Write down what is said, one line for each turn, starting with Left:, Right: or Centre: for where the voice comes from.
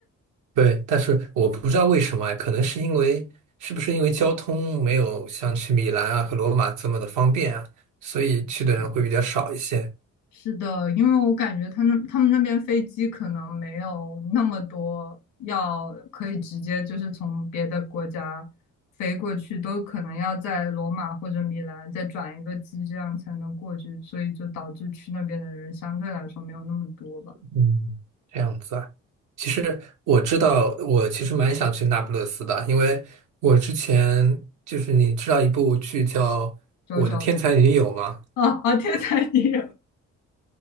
Right: 对，但是我不知道为什么哎，可能是因为是不是因为交通没有像去米兰啊和罗马这么的方便啊，所以去的人会比较少一些。
Left: <laughs> 是的是的，因为我感觉他那他们那边飞机可能没有那么多要可以直接就是从别的国家飞过去，都可能要在罗马或者米兰再转一个机，这样才能过去，所以就导致去那边的人相对来说没有那么多吧。
Right: 嗯，这样子啊。其实我知道，我其实蛮想去那不勒斯的，因为我之前就是你知道一部剧叫《我的天才女友》吗？
Left: 九九啊，啊，天才你，